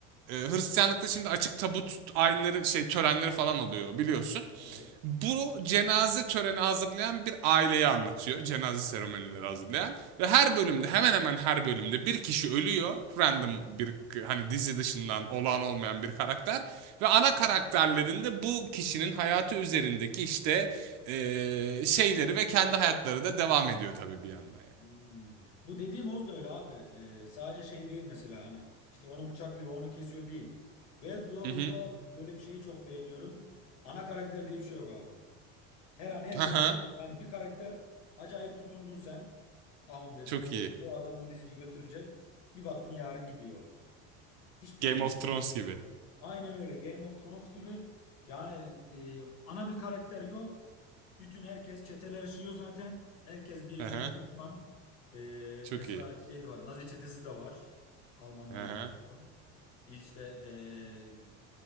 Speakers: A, on the right; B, on the left.
A: e, Hristiyanlıkta şimdi açık tabut ayinleri şey törenleri falan oluyor biliyorsun.
B: Evet.
A: Bu cenaze töreni hazırlayan bir aileyi anlatıyor. Cenaze seremonileri hazırlayan. Ve her bölümde hemen hemen her bölümde bir kişi ölüyor. Random bir k- hani dizi dışından olağan olmayan bir karakter. Ve ana karakterlerinde bu kişinin hayatı üzerindeki işte e, şeyleri ve kendi hayatları da devam ediyor tabii bir yandan yani.
B: Hmm. Bu dediğim Oz da öyle abi. Ee, sadece şey değil mesela hani işte onu bıçaklıyor onu kesiyor değil. Ve Du- Oz'da
A: Hı hı.
B: şöyle bir şeyi çok beğeniyorum. Ana karakter diye bir şey yok abi. Her an herkes
A: <laughs> Hı hı.
B: öyle. Yani bir karakter acayip tutundun sen. Tamam dedim
A: Çok
B: bu
A: iyi.
B: bu adam bu diziyi götürecek. Bir baktın yarın gidiyor. Hiç bilemiyorsun.
A: Game of Thrones
B: yani.
A: gibi.
B: Aynen öyle Game of Thrones gibi. Yani e, ana bir karakter yok. Bütün herkes çeteler işiyor zaten. Herkes birbirine
A: Aha,
B: düşman. Ee,
A: çok
B: mesela
A: iyi.
B: şey de var. Nazi çetesi de var. Almanlardan
A: Aha.
B: oluşan. İşte ee,